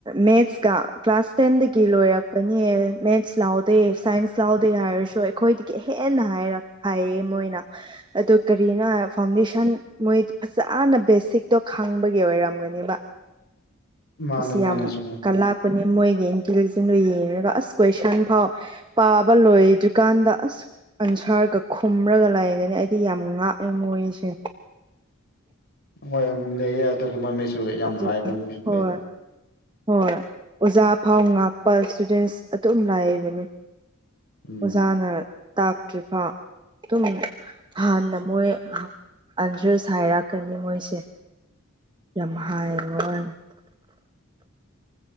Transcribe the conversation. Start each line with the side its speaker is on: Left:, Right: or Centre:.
Right: ꯃꯦꯁꯀ ꯀ꯭ꯂꯥꯁ ꯇꯦꯟꯗꯒꯤ ꯂꯣꯏꯔꯛꯄꯅꯦ ꯃꯦꯁ ꯂꯥꯎꯗꯦ ꯁꯥꯏꯟꯁ ꯂꯥꯎꯗꯦ ꯍꯥꯏꯔꯁꯨ ꯑꯩꯈꯣꯏꯗꯒꯤ ꯍꯦꯟꯅ ꯍꯥꯏꯔ ꯍꯥꯏꯌꯦ ꯃꯣꯏꯅ ꯑꯗꯨ ꯀꯔꯤꯅꯣ ꯍꯥꯏ ꯐꯥꯎꯟꯗꯦꯁꯟ ꯃꯣꯏ ꯐꯖꯅ ꯕꯦꯁꯤꯛꯇꯣ ꯈꯥꯡꯕꯒꯤ ꯑꯣꯏꯔꯝꯒꯅꯤꯕ
Left: ꯃꯥꯅꯦ
Right: ꯏꯁꯤ ꯌꯥꯝ
Left: ꯃꯥꯅꯦ ꯆꯨꯝꯃꯦ
Right: ꯀꯂꯥꯞ <unintelligible> ꯃꯣꯏꯒꯤ ꯏꯟꯇꯤꯂꯤꯖꯦꯟꯗꯣ ꯌꯦꯡꯔꯒ ꯑꯁ ꯀꯣꯏꯁꯟ ꯐꯥꯎ ꯄꯥꯕ ꯂꯣꯏꯗ꯭ꯔꯤꯀꯥꯟꯗ ꯑꯁ ꯑꯟꯁꯥꯔꯒ ꯈꯨꯝꯔꯒ ꯂꯩꯒꯅꯤ ꯑꯩ ꯗꯤ ꯌꯥꯝ ꯉꯥꯛꯑꯦ ꯃꯣꯏꯁꯦ
Left: ꯍꯣꯏ ꯌꯥꯝ ꯂꯩꯌꯦ ꯑꯗꯨꯒꯨꯝꯕ ꯃꯤꯁꯨ ꯂꯩ ꯌꯥꯝ
Right: ꯑꯗꯨ
Left: ꯍꯥꯏꯕ ꯃꯤꯁꯨ
Right: ꯍꯣꯏ
Left: ꯂꯩꯌꯦ
Right: ꯍꯣꯏ ꯑꯣꯖꯥ ꯐꯥꯎ ꯉꯛꯄ ꯏꯁ꯭ꯇꯨꯗꯦꯟꯁ ꯑꯗꯨꯝ ꯂꯩꯕꯅꯦ
Left: ꯎꯝ
Right: ꯑꯣꯖꯥꯅ ꯇꯥꯛꯇ꯭ꯔꯤꯐꯥꯎ ꯑꯗꯨꯝ ꯍꯥꯟꯅ ꯃꯣꯏ ꯑꯟꯁꯔꯁ ꯍꯥꯏꯔꯛꯀꯅꯤ ꯃꯣꯏꯁꯦ ꯌꯥꯝ ꯍꯥꯏꯕꯩꯋꯥꯅꯦ